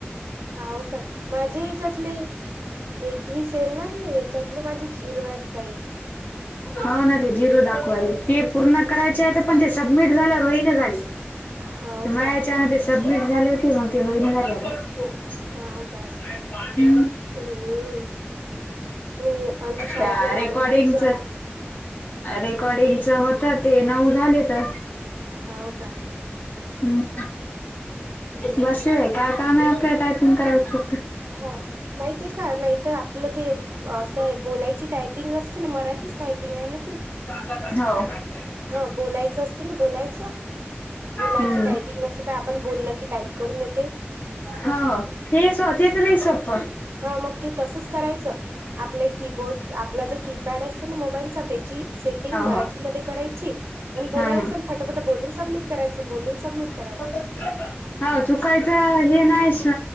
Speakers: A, on the right (about 75°); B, on the left (about 50°).
A: हाव काय माझे याच्यातली एकवीस येत ना हे त्यांच्यातले माझे झिरू आहेंत ताई.
B: हो ना ते झिरो दाखवायले ते पूर्ण करायचे आता पण ते सबमिट झाल्यावर होईना झालय.
A: हाव
B: मायाच्यान
A: का
B: ते सबमिट झाले होते मग ते होईना झाले आता. <unintelligible>
A: हाव काय हम्म मी आमच्या शाळेतल्या
B: त्या
A: मॅडमली
B: रेकॉर्डिंगच
A: जॉईन
B: रेकॉर्डिंग
A: ह
B: च होत ते नऊ झालेत.
A: हाव का
B: हम्
A: हम्म
B: बस
A: हम्म
B: काय काम आहे आपल्या टायपिंग करायचं.
A: हा माहिती आहे का नाहीतर आपलं ते असं बोलायची टाईप पिंग असते मराठीच टायपिंग आहे ना ती?
B: हो!
A: हा बोलायचं असत ना बोलायचं बोलायची
B: हम्म.
A: टायपिंग असं काय आपण बोललं की टायप करून येतय.
B: हो तेच ओ ते तर लय सोप्प.
A: हा मग ते तसंच करायचं आपल्या कीबोर्ड आपला जो कीपॅड असते ना मोबाईलचा त्याची सेटिंग मराठीमध्ये
B: हो.
A: कराय ची म बोलायचं
B: हा
A: फटाफट बोलून सबमिट करायचं बोलून सबमिट करायचं.
B: हो चुकायचं हे नाही